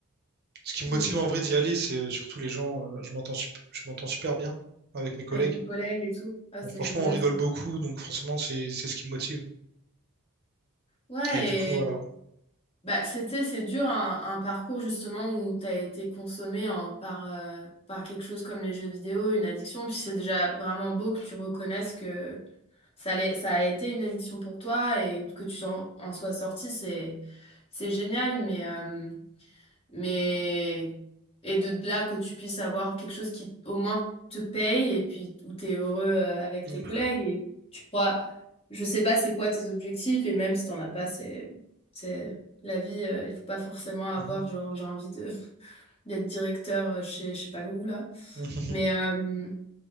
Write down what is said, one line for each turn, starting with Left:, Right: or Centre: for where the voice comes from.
Right: ce qui me
Left: Mm.
Right: motive en vrai d'y aller, c'est euh, surtout les gens. euh, je m'entends sup- je m'entends super bien avec mes collègues.
Left: Avec tes collègues et tout. Ah,
Right: Bon,
Left: c'est
Right: franchement,
Left: génial
Right: on rigole
Left: ça.
Right: beaucoup, donc forcément, c'est c'est ce qui me motive.
Left: Ouais,
Right: Et du coup, voilà.
Left: et bah, c'était, c'est dur un, un parcours justement où tu as été consommé en- par, euh, par quelque chose comme les jeux vidéo, une addiction. Puis c'est déjà vraiment beau que tu reconnaisses que ça, l'est- ça a été une addiction pour toi et que tu t'en- en, sois sorti. C'est, c'est génial, mais. euh, Mais et de là que tu puisses avoir quelque chose qui au moins te paye et puis où tu es heureux euh, avec
Right: Mhm,
Left: tes collègues et tu crois, je sais pas c'est quoi tes objectifs et même si t'en as pas, c'est c'est la vie, euh, il faut pas forcément avoir
Right: mhm,
Left: genre j'ai envie de <laughs> d'être directeur euh, chez je sais pas où là.
Right: mhm.
Left: Mais euh,